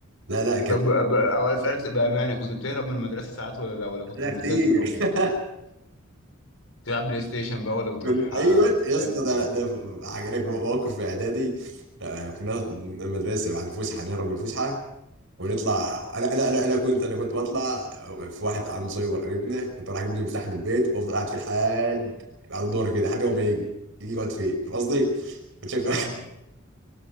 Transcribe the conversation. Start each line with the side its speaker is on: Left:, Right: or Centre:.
Right: لا لا كانت
Left: طب ب... أو أسألك بأمانة كنت بتهرب من المدرسة ساعات ولا لا ولا كنت
Right: لا
Left: ملتزم
Right: كتير
Left: أوي؟
Right: <laughs>
Left: تلعب بلاي ستيشن بقى ولا بتروح
Right: من ايوه
Left: آه،
Right: يا
Left: تعمل
Right: اسطى ده
Left: ايه
Right: ده عجبك موقف في اعدادي آه، كنا من المدرسه بعد الفسحه نهرب من الفسحه ونطلع انا انا انا انا كنت انا كنت بطلع في واحد عنده سايبر قريبنا كنت بروح اجيب له المفتاح من البيت وافضل قاعد فيه لحد بعد الظهر كده لحد ما يجي يجي يقعد فيه فاهم قصدي كنت شغال
Left: اه